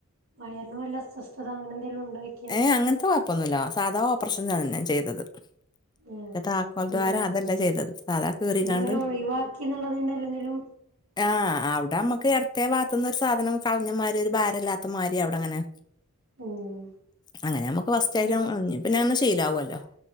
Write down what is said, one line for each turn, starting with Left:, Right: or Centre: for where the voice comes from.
Right: വയർന് വല്ല അസ്വസ്ഥത അങ്ങനെന്തെലുണ്ടോയ്ക്ക.
Left: ഏ അങ്ങൻത്തെ കൊയപ്പൊന്നൂല്ല, സാധാ ഓപ്പർഷൻതന്നെ ചെയ്തത്.
Right: ഏ
Left: മറ്റേ താക്കോൽ
Right: പിന്നെ
Left: ദ്വാരം അതല്ല ചെയ്തത് സാധാ കീറിക്കാണ്ട്
Right: പിന്നങ്ങനെ ഒഴിവാക്കി ന്ന്ള്ളതിന്റെ ല്ലന്തേലും.
Left: ആ ഔടമ്മക്ക് എട്ത്തേ വാത്ത്ന്ന് ഒരു സാധനം കളഞ്ഞമാരി ഒരു ഭാരമല്ലാത്തമാരി ഔടങ്ങനെ.
Right: ഉം.
Left: അങ്ങനെ ഞമക്ക് ഫസ്റ്റായിട്ടു
Right: ഏഹ്
Left: ഇഞ് പിന്നങ്ങനെ ശീലാവൊല്ലോ.